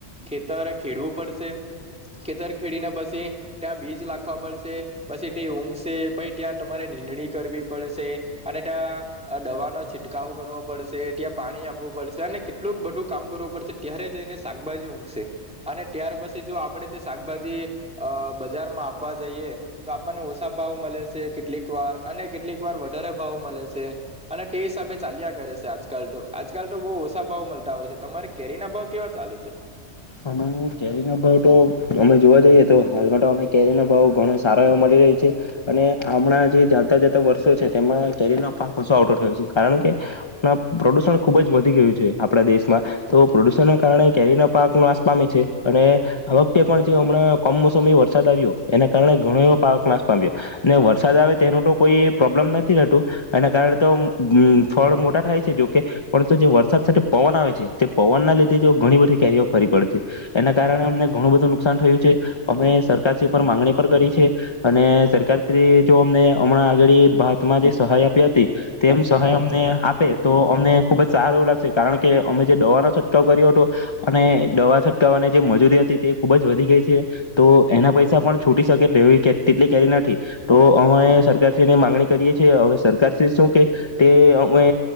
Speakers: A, in the centre; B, on the left.
A: ખેતર ખેડવું પડશે, ખેતર ખેડીને પછી ત્યાં બીજ લખવા પડશે પછી તે ઊંઘશે પછ ત્યાં તમારે નીંદણી કરવી પડશે, અને ત્યાં દવાનોો છિટકાવો કરવો પડશે ત્યાં પાણી આપવું પડશે અને એટલું બધું કામ કરવું પડશે ત્યારે જઈને શાકભાજી ઊંઘશે, અને ત્યાર પછી જો આપડે તે શાકભાજી અ બજારમાં આપવા જઈએ તો આપણને ઓછા ભાવ મળે છે કેટલીક વાર અને કેટલીક વાર વધારે ભાવ મળે છે, અને તે હિસાબે ચાલ્યા કરે છે આજકાલ તો આજકાલ તો બહ ઓછ ભાવ મળતા હોય છે તમારે કેરી ના ભાવ કેવા ચાલે છે?
B: અમે કેરીના ભાવ તો અમે જોવા જઈએ તો હાલમાં તો અ કેરીનો ભાવ ઘણો સારો એવો મળી રહ્યો છે, અને હમણાં જે જાતા જતા વર્ષો છે તેમાં કેરીનો પાક ઓછો આવટો થયો છે કારણ કે, પ્રદુષણ ખુબ જ વધી ગયું છે આપડા દેશમાં, તો પ્રદુષણના કારણે કેરીના પાક નાશ પામ છે અને, આ વખતે પણ જે હમણાં કમોસમી વરસાદ આવ્યો એના કારણે ઘણો એવો પાક નાશ પામ્યો, ને વરસાદ આવે તેનું તો કોઈ પ્રોબ્લેમ નથી રહેતું, એના કારણે તોમ ફળ મોટા થાય છે જોકે, પરંત જે વરસાદ સાથે પવન આવે છે તે પવનના લીધે જો ઘણી બધી કેરીઓ ફરી પડે છે, એના કારણે અમને ઘણું બધું નુકસાન થયું છે, અમે સરકારશ્રી પર માંગણી પણ કરી છે, અને સરકારશ્રી જો અમને હમણાં આગળ ભારતમાં જે સહાય આપી હતી, તેમ સહાય અમને આપે તો અમને ખુબ જ સારું એવું લાગશે કારણ કે અમે જે દવાનો છટકો કર્યો હતો. અને દવા છટકાવવાની જે મજૂરી હતી તે ખૂબ જ વધી ગઈ છે, તો એના પૈસા પણ છૂટી શકે તેવી તેટલી કેરી નથી, તો અમે સરકારશ્રીને મામાંગણી કરીએ છ છેએ હવે સરકારશ્રી શું કે તે અમે